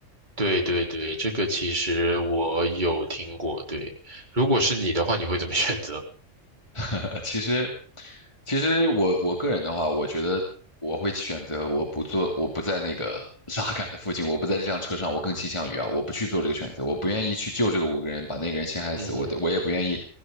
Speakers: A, on the right; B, on the left.
A: 对对对，这个其实我有听过。对，如果是你的话，你会怎么选择？
B: 呃，其实，其实我我个人的话，我觉得我会选择我不做，我不在那个 <laughs> 拉杆的附近，我不在这辆车上，我更倾向于啊，我不去做这个选择，我不愿意去救这个五个人，把那个人陷害死，
A: <laughs> 嗯哼，
B: 我的我也不愿意